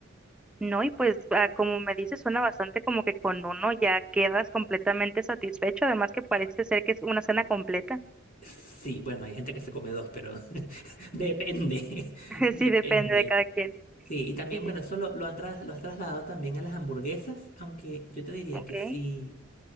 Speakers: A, in the centre; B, on the left.
A: No, y pues ah, como me dices, suena bastante como que con uno ya quedas completamente satisfecho, además que parece ser que es una cena completa.
B: Sí, bueno, hay gente que se come dos, pero <laughs> depende, <laughs>
A: <laughs>
B: depende.
A: Sí, depende de cada quien.
B: Sí, y también,
A: Sí,
B: bueno, eso lo, lo han tras- lo has trasladado también a las hamburguesas, aunque yo te diría
A: ok.
B: que sí